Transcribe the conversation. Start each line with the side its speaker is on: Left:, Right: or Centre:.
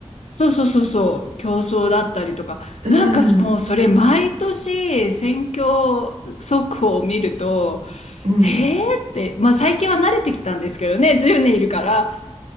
Left: そうそうそうそう、競争だったりとか、
Right: うん、
Left: なんかもうそれ毎年選挙速報を見ると、
Right: うん、
Left: へーって、まあ最近は慣れてきたんですけどね、10年いるから、